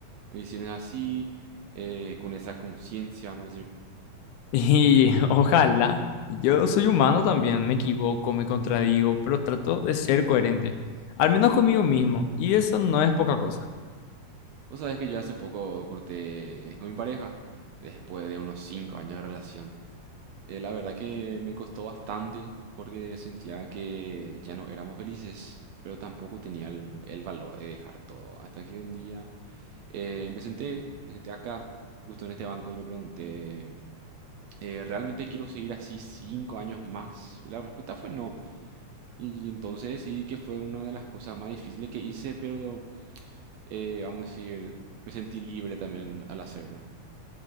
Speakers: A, on the right; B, on the left.
A: decisiones así, eh, con esa conciencia, vamos a decir.
B: Y ojalá, yo soy humano también, me equivoco, me contradigo, pero trato de ser coherente, al menos conmigo mismo, y eso no es poca cosa.
A: Vos sabés que yo hace poco corté con mi pareja, después de unos 5 años de relación. Eh, la verdad que me costó bastante porque sentía que ya no éramos felices, pero tampoco tenía el, el valor de dejar todo. Hasta que un día eh, me senté, me senté acá, justo en este banco, y me pregunté, eh, ¿realmente quiero seguir así cinco años más? Y la respuesta fue no. Y entonces decidí que fue una de las cosas más difíciles que hice, pero eh, vamos a decir, me sentí libre también al hacerlo.